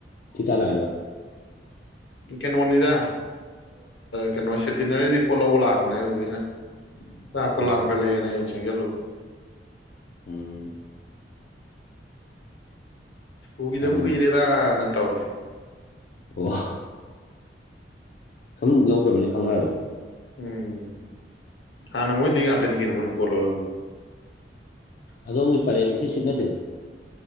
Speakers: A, on the left; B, on the left.
A: ꯆꯤꯇꯥ ꯂꯥꯏꯕ
B: ꯀꯩꯅꯣꯅꯤꯗ ꯀꯩꯅꯣ ꯁꯦꯇꯤꯅꯔꯤꯗꯤ ꯄꯣꯠ ꯂꯧꯕ ꯂꯥꯛꯄꯅꯦ ꯑꯗꯨꯗ ꯑꯩꯅ ꯌꯥꯇꯣ
A: ꯎꯝ
B: ꯂꯝ ꯈꯂꯤꯅ ꯆꯪꯒꯦꯂꯨ
A: ꯎꯝ
B: ꯎꯈꯤꯗꯕ
A: ꯐꯔꯦꯅꯦ
B: ꯀꯨꯏꯔꯦꯗꯅ ꯇꯧꯔꯤꯦ
A: ꯋꯥ ꯁꯨꯝ ꯂꯧꯈ꯭ꯔꯃꯤꯅꯤ ꯈꯪꯅꯔꯕ
B: ꯎꯝ ꯍꯥꯟꯅ ꯃꯣꯏꯗꯒꯤ ꯉꯥꯛꯇꯅꯤ ꯀꯩꯅꯣ ꯑꯩꯈꯣꯏꯅ ꯄꯣꯜꯂꯔꯅꯤ
A: ꯑꯗꯣꯝꯒꯤ ꯄꯔꯦꯡꯁꯤ ꯁꯤꯠ ꯅꯠꯇꯦꯗ